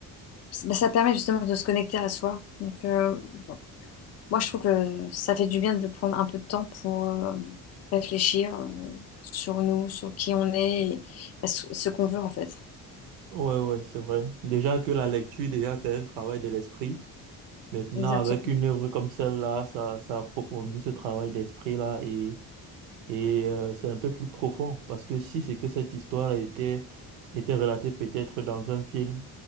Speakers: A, on the left; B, on the right.
A: bah, ça permet justement de se connecter à soi. Donc, euh, bon, moi, je trouve que ça fait du bien de prendre un peu de temps pour euh, réfléchir euh, sur nous, sur qui on est et bah, ce ce qu'on veut, en fait.
B: Ouais, ouais, c'est vrai. Déjà que la lecture, déjà, c'est un travail de l'esprit. Maintenant,
A: Exactement.
B: avec une œuvre comme celle-là, ça, ça approfondit ce travail d'esprit-là et Et euh, c'est un peu plus profond, parce que si c'est que cette histoire a été, était relatée peut-être dans un film,